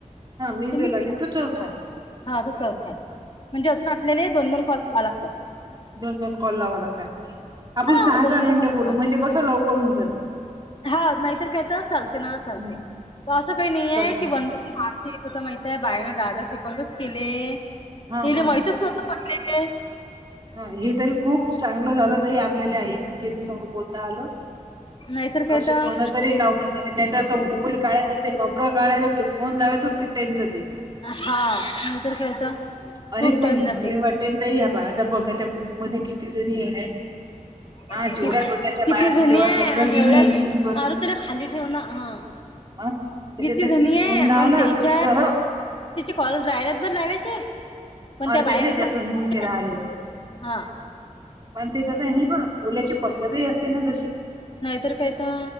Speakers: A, on the right; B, on the left.
A: हां, मी
B: तुम्ही
A: जो लावीन तो चौथा.
B: हा तो चौथा आहे.
A: हां,
B: म्हणज अजून आपल्याने दोनोन कॉल करावं लागतात.
A: दोन दोन कॉल लावा लागतात आणखी आपण
B: हा
A: सहा
B: दोन
A: सहा
B: दोन
A: मिनटं
B: कॉल
A: बोलू म्हणजे कसं लवकर होऊन जाते.
B: हा नाहीतर काय तर चालते ना चालते
A: हं,
B: असं काही नाहीये
A: मिनिटं.
B: की व आमच्या इथं तर माहित आहे बाय नां दादा शिकवूनच केले
A: हां,
B: तले
A: हां,
B: माहितच नव्ह पले आहे.
A: हा हे तरी खूप चांगलं झालं त आपल्याला एकमेकच संग बोलता आलं.
B: नाहीतर
A: कशी
B: काय तर
A: फोन तरी लावून. अरे नाही तर तो मोबाईल काढायचं ते नंबरं काढायचं ते फोन लावायतच की टईम ज
B: हा नाहीतर काय तर
A: अरे
B: खूप टाइम
A: पण
B: जाते
A: हवे वाट दई ह बा आता बघा त्या ग्रुप मध्ये किती जणी आहेत.
B: <inaudible>
A: हा जेवढ्या
B: कि
A: गटाच्या
B: किती
A: बाया असतात
B: जणी
A: तेवढ्या
B: आहे
A: सगळ्याच
B: आणि
A: जणी
B: एवढ्या
A: आहेत की नाही बरं
B: अर तरी खाली ठेव ना हा.
A: हा. त्याच्यातले
B: किती जणी आहे
A: फोन
B: आणि
A: लावला
B: त्याच्या
A: की सरळ
B: कॉल राहिल्यात बरं लावायचे. पण त्या
A: अर्ध
B: बाया
A: फि
B: म्हणतात
A: जास नचे राहिलेले.
B: हा
A: पण ते कसंय नाही पण बोलाची पद्धतही असते ना जशी.
B: नाहीतर कायता.